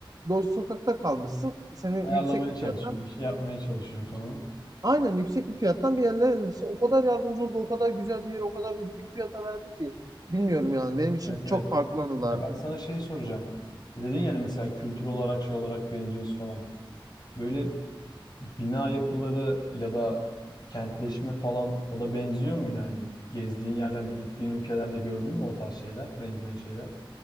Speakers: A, on the right; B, on the left.
A: do sokakta kalmışsın. Seni
B: ayarlamaya
A: yüksek bir
B: çalışıyor,
A: fiyattan
B: bir şey yapmaya çalışıyor falan.
A: aynen yüksek bir fiyattan bir yerlere işte o kadar yardımcı oldu, o kadar güzel bir yer, o kadar uygun bir fiyata verdi ki bilmiyorum yani benim için
B: Evet evet.
A: çok farklı anılardı.
B: Ya ben sana şey soracağım. E, Dedin yani mesela kültür olarak şey olarak benziyoruz falan. Böyle bina yapıları ya da kentleşme falan o da benziyor mu yani? Gezdiğin yerlerde, gittiğin ülkelerde gördün mü o tarz şeyler, benzeyen şeyler?